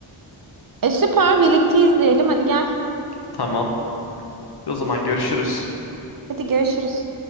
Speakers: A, on the right (about 50°); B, on the left (about 60°).
A: E süper birlikte izleyelim. Hadi gel.
B: Tamam. O zaman görüşürüz.
A: Hadi görüşürüz.